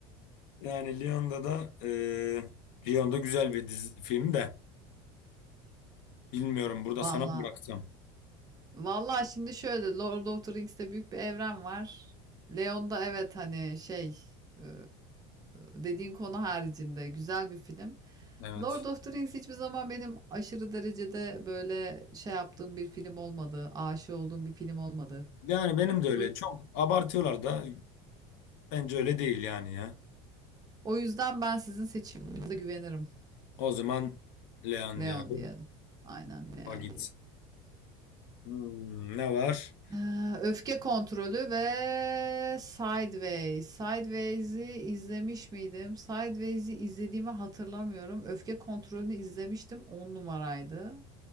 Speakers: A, on the left; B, on the right.
A: yani Lyon'da da e, Lyon'da güzel bir dizi, film de bilmiyorum burada
B: Vallahi
A: sana mı bıraksam.
B: Vallahi şimdi şöyle Lord of the Rings'te büyük bir evren var. Leon'da evet hani şey e, dediğin konu haricinde güzel bir film.
A: Evet.
B: Lord of the Rings hiçbir zaman benim aşırı derecede böyle şey yaptığım bir film olmadı. Aşık olduğum bir film olmadı.
A: Yani benim de öyle.
B: O, yüz-
A: Çok abartıyorlar da bence öyle değil yani ya.
B: o yüzden ben sizin seçiminize güvenirim.
A: O zaman Leon
B: Leon
A: diyorum.
B: diyelim. Aynen Leon
A: O gitsin.
B: diyelim.
A: Hmm, ne var?
B: Ha, Öfke kontrolü ve Sideways. Sideways'i izlemiş miydim? Sideways'i izlediğimi hatırlamıyorum. Öfke kontrolünü izlemiştim. 10 numaraydı.